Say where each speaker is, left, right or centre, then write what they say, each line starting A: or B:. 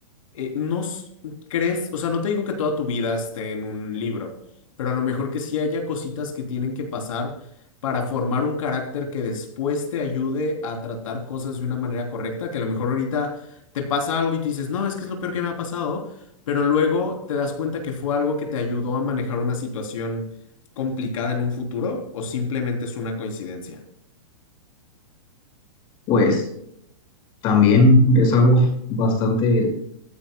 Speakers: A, on the left; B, on the left.
A: eh, no s- crees, o sea, no te digo que toda tu vida esté en un libro, pero a lo mejor que sí haya cositas que tienen que pasar para formar un carácter que después te ayude a tratar cosas de una manera correcta, que a lo mejor ahorita te pasa algo y tú dices, no, es que es lo peor que me ha pasado, pero luego te das cuenta que fue algo que te ayudó a manejar una situación complicada en un futuro o simplemente es una coincidencia.
B: Pues también es algo bastante